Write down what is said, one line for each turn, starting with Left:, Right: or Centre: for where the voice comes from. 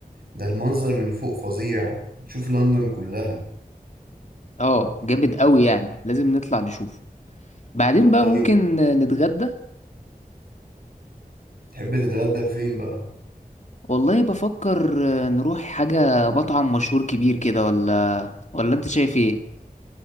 Right: ده المنظر من فوق فظيع تشوف لندن كلها
Left: آه جامد أوي يعني لازم نطلع نشوف بعدين بقى
Right: طيب
Left: ممكن نتغدى
Right: تحب تتغدى فين بقى
Left: والله بفكر نروح حاجة مطعم مشهور كبير كده ولا ولا أنت شايف إيه؟